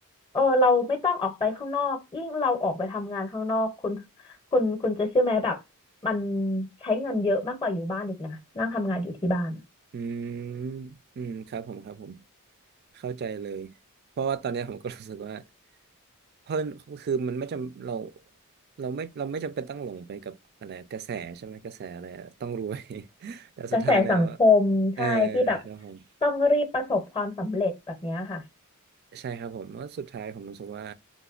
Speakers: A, on the left; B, on the right.
A: เออเราไม่ต้องออกไปข้างนอกยิ่งเราออกไปทำงานข้างนอกคุณคุณคุณจะเชื่อไหมแบบ มันใช้เงินเยอะมากกว่าอยู่บ้านอีกนะนั่งทำงานอยู่ที่บ้านอะ
B: อืมอืมครับผมครับผม เข้าใจเลย เพราะว่าตอนเนี้ยผมก็รู้สึกว่าเพิ่นคือมันไม่จำเราเราไม่เราไม่จำเป็นต้องหลงไปกับอะไรกระแสใช่ไหมกระแสอะไรอะต้องรวย <laughs> แต่สุดท้ายแล้วอะ
A: กระแสสังคมใช่ที่แบบ
B: เออครับผม
A: ต้องรีบประสบความสำเร็จแบบเนี้ยค่ะ
B: ใช่ครับผมว่าะสุดท้ายผมรู้สึกว่า